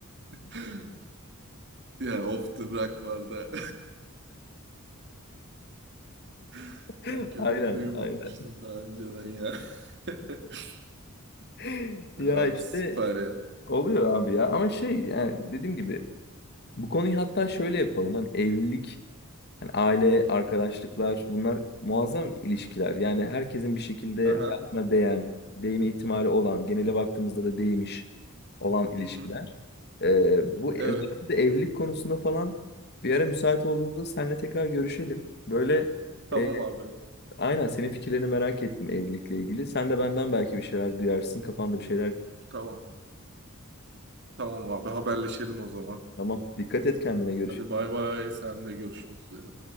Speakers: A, on the right (about 55°); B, on the left (about 50°).
A: <laughs> Yani Often Rock barda. <laughs>
B: <laughs>
A: Sanki
B: Aynen
A: öyle bir duyum
B: aynen.
A: almıştım daha önceden ya. <laughs>
B: <laughs>
A: Ya
B: Ya
A: Abi
B: işte
A: süper ya.
B: oluyor abi ya. Ama şey yani dediğim gibi bu konuyu hatta şöyle yapalım. Hani evlilik, hani aile, arkadaşlıklar bunlar muazzam ilişkiler. Yani herkesin bir şekilde
A: Aha.
B: hayatına değen, değme ihtimali olan, genele baktığımızda da değmiş olan ilişkiler.
A: Hı hı.
B: Ee, bu özellikle
A: Evet.
B: evlilik konusunda falan bir ara müsait olduğumuzda seninle tekrar görüşelim. Böyle
A: Tamam
B: e,
A: abi.
B: aynen senin fikirlerini merak ettim evlilikle ilgili. Sen de benden belki bir şeyler duyarsın. Kafanda bir şeyler.
A: Tamam. Tamam abi. Haberleşelim o zaman.
B: Tamam. Dikkat et kendine. Görüşürüz.
A: Hadi bay bay. Sen de görüşmek üzere.